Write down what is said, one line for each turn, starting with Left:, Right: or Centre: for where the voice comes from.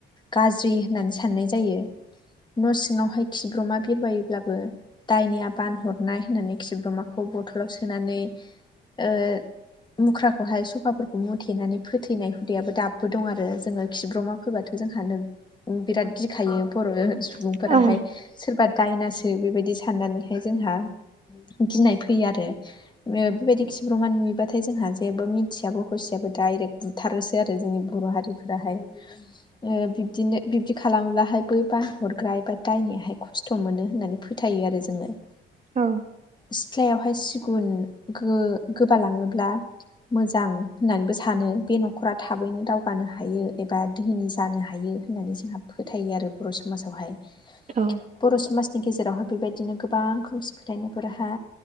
Left: गाज्रि होननानै साननाय जायो। न' सिङावहाय खिब्रमा बिरबायोब्लाबो दायनिया बानहरनाय होननानै खिब्रमाखौ बथलाव सोनानै ओ मुख्राखौहाय सफाफोरखौ मुथेनानै फोथैनाय हुदायाबो दाबो दं आरो जोङो खिब्रमा फैबाथा जोंहानो उम बिराद गिखायो बर' सुबुंफोराहाय
Right: औ
Left: सोरबा दायनासो बेबायदि साननानै नै जोंहा गिनाय फैयो आरो। ओ बेबायदि खिब्रमान नुयोबाथाय जोंहा जेबो मिथियाबो हसियाबो डाइरेक्ट थारोसो आरो जोंनि बर' हारिफोराहाय ओ बिब्दिनो बिब्दि खालामोब्लाहाय बै बानहरग्रा एबा दायनियाहाय खस्थ' थ'' मोनो होननानै फोथायो आरो जोङो।
Right: औ
Left: सिथ्लायावहाय सिगुन गो गोबालाङोब्ला मोजां होननानैबो सानो बे न'खरा थाबैनो दावगानो हायो एबा ोनि जानो हायो होननानै जोंहा फोथायो आरो बर' समाजावहाय
Right: औ
Left: बर' समाजनि गेजेरावहााय बेबायदिनो गोबां गोबां खौमसि फोथायनायफोरहा